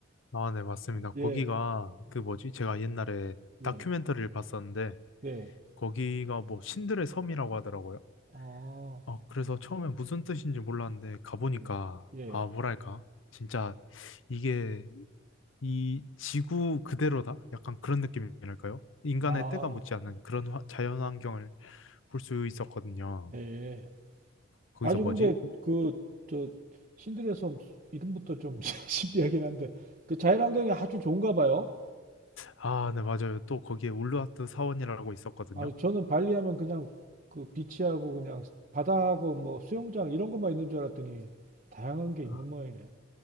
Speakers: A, on the left (about 90°); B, on the right (about 45°).
A: 아, 네, 맞습니다.
B: 예,
A: 거기가 그 뭐지? 제가 옛날에
B: 예,
A: 다큐멘터리를 봤었는데,
B: 네.
A: 거기가 뭐 신들의 섬이라고 하더라고요.
B: 아,
A: 어, 그래서 처음에 무슨 뜻인지 몰랐는데 가보니까
B: 예, 예.
A: 아, 뭐랄까? 진짜 이게 이 지구 그대로다? 약간 그런 느낌이랄까요? 인간의
B: 아,
A: 때가 묻지 않는 그런 화- 자연환경을 볼 수 있었거든요.
B: 예. 예.
A: 거기서
B: 아주
A: 뭐지?
B: 근데 그, 저, 신들의 섬 이름부터 좀 <laughs> 신비하긴 한데, 그 자연환경이 아주 좋은가 봐요.
A: 아, 네, 맞아요. 또 거기에 울루와트 사원이라고 있었거든요.
B: 아니, 저는 발리 하면 그냥 그 비치하고 그냥 바다하고 뭐 수영장 이런 것만 있는 줄 알았더니 다양한 게 있는
A: 아,
B: 모양이네.